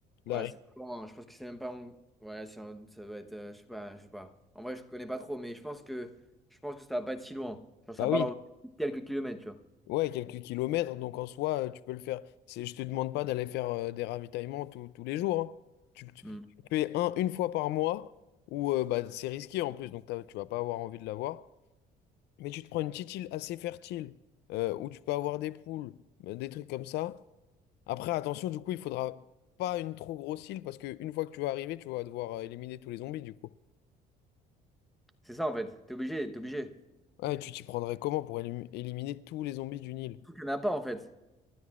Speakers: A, on the left (about 80°); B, in the centre.
A: la
B: Ouais, c'est pas loin. Je pense que c'est même pas. en- Ouais, c'est un- ça doit être. euh, je sais pas, je sais pas. En vrai, je connais pas trop, mais je pense que je pense que ça va pas être si loin. Genre, ça
A: Bah
B: parle
A: oui,
B: en quelques kilomètres, tu vois.
A: ouais, quelques kilomètres, donc en soi, euh, tu peux le faire. C'est, je te demande pas d'aller faire euh, des ravitaillements tous tous les jours. hein. Tu, tu,
B: Hmm.
A: tu le fais un une fois par mois, ou euh, bah, c'est risqué en plus, donc t'as- tu vas pas avoir envie de l'avoir. Mais tu te prends une petite île assez fertile, euh, où tu peux avoir des poules, euh, des trucs comme ça. Après, attention, du coup, il faudra pas une trop grosse île, parce qu'une fois que tu vas arriver, tu vas devoir euh, éliminer tous les zombies, du coup.
B: C'est ça en fait. T'es obligé, t'es obligé.
A: Ouais, tu t'y prendrais comment pour élim- éliminer tous les zombies d'une île?
B: Tout qu'il y en a pas en fait.